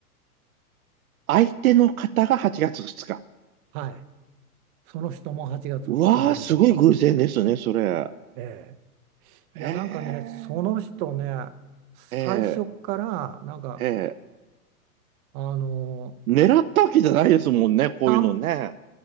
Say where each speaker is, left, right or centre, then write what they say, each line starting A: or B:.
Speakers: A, on the right; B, on the right.
A: 相手の方が8月2日。
B: 「はいその人も8月2日生まれだったそうです」
A: うわあ、すごい偶然ですね、それ。
B: ええ
A: ええ、
B: いや、なんかね、その人ね、最初から、
A: ええ、
B: なんか、
A: ええ。
B: あの、
A: 狙ったわけじゃないですもんね、こういうのね。
B: 散